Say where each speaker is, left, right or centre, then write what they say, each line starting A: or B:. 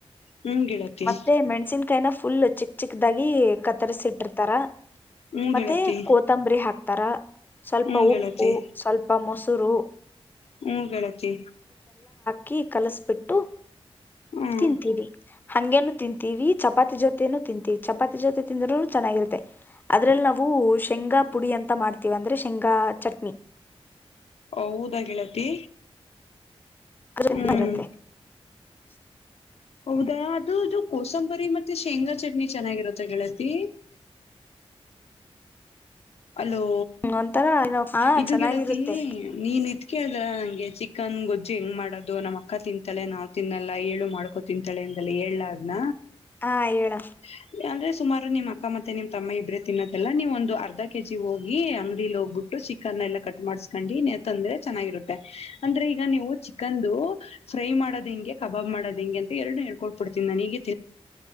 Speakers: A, on the left; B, on the left.
A: ಹ್ಮ್ ಗೆಳತಿ
B: ಮತ್ತೆ ಮೆಣಸಿನ್ಕಾಯಿನ. ಫುಲ್ ಚಿಕ್ ಚಿಕ್ದಾಗಿ ಕತ್ತರ್ಸಿ ಇಟ್ಟಿರ್ತಾರ.
A: ಹ್ಮ್
B: ಮತ್ತೆ
A: ಗೆಳತಿ
B: ಕೊತಂಬ್ರಿ ಹಾಕ್ ಪರಾ <inaudible> ಸ್ವಲ್ಪ
A: ಹ್ಮ್
B: ಉಪ್ಪು
A: ಗೆಳತಿ
B: <unintelligible> ಮೊಸುರು
A: ಹ್ಮ್ ಗೆಳತಿ
B: ಕಿ ಕಲಿಸ್ಬಿಟ್ಟು <inaudible>
A: ಹ್ಮ್
B: ತಿಂತೀರಿ ಹಂಗೇನು ತಿಂತೀವಿ ಚಪಾತಿ ಜೊತೇನು ತಿಂತೀವಿ ಚಪಾತಿ ಜೊತೆ ತಿಂದ್ರೂನು ಚೆನ್ನಾಗಿರುತ್ತೆ. ಅದ್ರಲ್ಲಿ ನಾವು ಶೇಂಗಾ ಪುಡಿ ಅಂತ ಮಾಡ್ತೀವಿ ಅಂದ್ರೆ ಶೇಂಗಾ ಚಟ್ನಿ.
A: ಹೌದ ಗೆಳತಿ.
B: <unintelligible>
A: ಹ್ಮ್ ಹೌದಾ ಅದು ಇದು ಕೋಸಂಬರಿ ಮತೆ ಶೇಂಗಾ ಚಟ್ನಿ ಚೆನಾ ಗಿರುತ ಗೆಳತಿ. ಅಲೋ
B: ಒಂಥರ ಏನೋ ಹಾ
A: ಇದು
B: ಚೆನ್ನಾಗಿರುತ್ತೆ
A: ಗೆಳತಿ ನೀನ್ ಇದ್ಕೇಳ್ದಲ್ಲ ನಂಗೆ ಚಿಕನ್ ಗೊಜ್ಜು ಹೆಂಗ್ ಮಾಡೋದು ನಮ್ಮ್ ಅಕ್ಕ ತಿಂ ತಲೆ ನಾವ್ ತಿನ್ನಲ್ಲಾ ಏಳು ಮಾಡ್ಕೊ ತಿಂತಳೆ ಎಂದಲ್ಲ ಹೇಳ್ಲಾ ಅದ್ನ.
B: ಹಾ ಹೇಳ
A: <inaudible> ಅಂದ್ರೆ ಸುಮಾರು ನಿಮ್ ಅಕ್ಕ ಮತ್ತೆ ನಿಮ್ ತಮ್ಮ ಇಬ್ರೇ ತಿನ್ನದು ಎಲ್ಲ ನೀವ್ ಒಂದು ಅರ್ ಕೆ ಜಿ ಹೋಗಿ ಅಂಗ್ಡಿಲಿ ಹೋ ಗುಟ್ಟ್ ಸಿಕನ್ ಎಲ್ಲ ಕಟ್ ಮಾಡ್ಸ್ಕೊಂಡಿ ತಂದ್ರೆ ಚೆನ್ನಾಗಿರುತ್ತೆ ಅಂದ್ರೆ ಈಗ ನೀವು ಚಿಕನ್ದು ಫ್ರೈ ಮಾಡದೆಂಗೆ ಕಬಾಬ್ ಮಾಡದೆಂಗೆ ಅಂತ ಎರಡು ಹೇಳ್ಕೊಟ್ಬಿಡ್ತಿನ್ ನನಿಗೆ